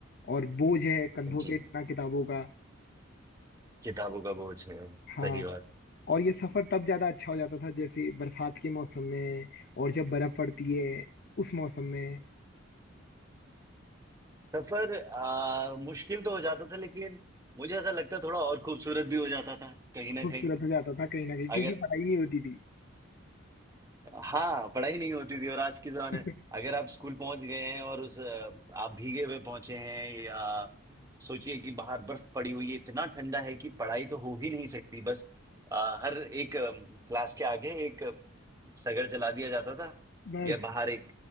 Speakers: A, on the left (about 50°); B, on the right (about 15°).
A: और बोझ है कंधों
B: जी,
A: पे इतना किताबों का
B: किताबों का बोझ है,
A: हाँ
B: सही बात।
A: और ये सफर तब ज्यादा अच्छा हो जाता था जैसे बरसात के मौसम में और जब बर्फ पड़ती है उस मौसम में
B: सफ़र अ, मुश्किल तो हो जाता था लेकिन मुझे ऐसा लगता है थोड़ा और खूबसूरत भी हो जाता था, कहीं न
A: खूबसूरत
B: कहीं
A: हो जाता था कहीं ना कहीं
B: अगर
A: क्योंकि पढ़ाई नहीं होती थी
B: हाँ पढ़ाई नहीं होती थी और आज के जमाने
A: <laughs>
B: अगर आप स्कूल पहुंच गए हैं और उस अ, आप भीगे हुए पहुंचे हैं या सोचिए कि बाहर बर्फ पड़ी हुई है इतना ठंडा है कि पढ़ाई तो हो ही नहीं सकती बस अ, हर एक अम, क्लास के आगे एक अ, सगड़ जला दिया जाता था
A: बस
B: या बाहर एक